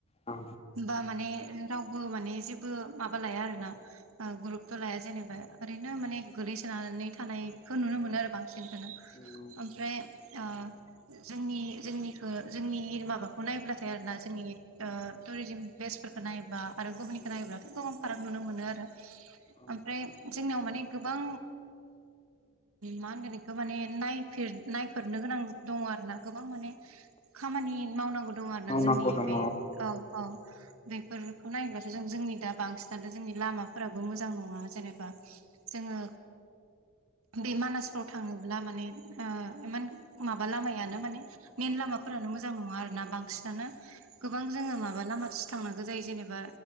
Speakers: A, on the left (about 30°); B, on the right (about 70°).
A: औ
B: बा माने रावबो माने जेबो माबा लाया आरोना ग्रुपथ' लाया जेनेबा ओरैनो माने गोलैसोनानै थानायखौ नुनो मोनो आरो बांसिनखोनो‌
A: नंगौ
B: ओमफ्राय ओ जोंनि जोंनिखो जोंनि माबाखौ नायब्लाथाय आरोना जोंनि टुरिजिम प्लेसफोरखौ नायोबा आरो गुबुननिखौ
A: नंगौ
B: नायोब्लाथ' गोबां फाराग नुनो मोनो आरो
A: औ
B: ओमफ्राय जोंनाव माने गोबां मा होनगोन बेखौ माने नाय नायफेरनो गोनां दङ आरो ना गोबां माने खामानि मावनांगौ दं आरोना
A: मावनांगौ
B: जोंनि
A: दङ
B: बे औ औ बेफोरखौ नायोबथ' जों जोंनि दा बांसिनानो जोंनि लामाफोराबो मोजां नङा जेनेबा जोङो बे मानासफ्राव थाङोब्ला माने इमान माबा लामायानो माने मेन लामाफोरानो मोजां नङा आरो ना बांसिनानो गोबां जोङो माबा लामाथिं थांनांगौ जायो जेनेबा